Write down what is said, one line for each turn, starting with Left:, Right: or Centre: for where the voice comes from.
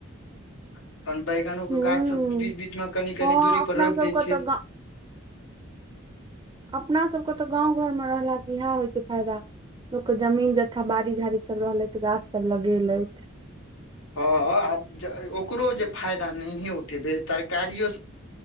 Left: अपन बैंगनों
Right: हूँ
Left: के गाछ सब बीच बीच में कनि कनि
Right: हँ
Left: दूरी
Right: अपना
Left: पर रोपि
Right: सबके
Left: देै छियै
Right: तऽ गा अपना सब के तऽ गाँव घर मे रहला से इएह होइ छै फायदा लोक के जमीन जथा बाड़ी झाड़ी सब रहलै तऽ गाछ सब लगेलेथ
Left: हा आ ओकरो जे फायदा नहि उठेबे तरकारि यो सब